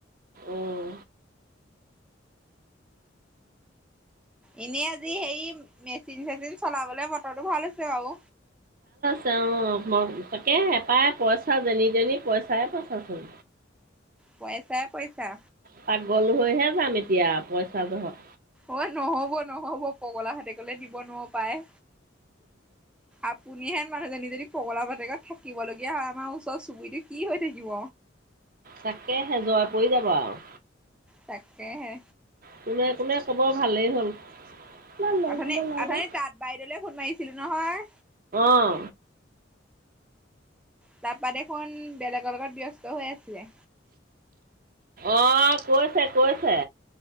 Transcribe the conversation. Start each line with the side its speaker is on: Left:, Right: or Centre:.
Right: উম
Centre: এনেই আজি সেই মেচিন চেচিন চলাবলে মটৰটো ভাল হৈছে বাৰু।
Right: তেওঁ তাকে এপাই পইচা যেনি তেনি পইচাই পইচাচোন
Centre: পইচা পইচা।
Right: পাক গল হৈহে যাম এতিয়া পইচা জহত
Centre: অ নহব নহব পগলা হতেকলে দিব নোৱাৰ পায়, আপুনিহেন মানুহজনী যে যদি পগলা বতেকাত থাকিব লগগীয়া হয় আমাৰ ওচৰ চুবুৰটো কি হৈ থাকিব।
Right: তাকে সে জৰ পৰি যাবা আৰু।
Centre: তাকেহে।
Right: কোনে কোনে ক'ব ভালেই হ'ল। কিবা ল'বলৈ
Centre: অথনী
Right: ল'লে।
Centre: অথনী তাত বাইদেউলে ফোন মাৰিছিলো নহয়।
Right: অঁ
Centre: তাৰপৰা দেখোন বেলেগৰ লগত ব্যস্ত হৈ আছিলে।
Right: আহ কৈছে কৈছে।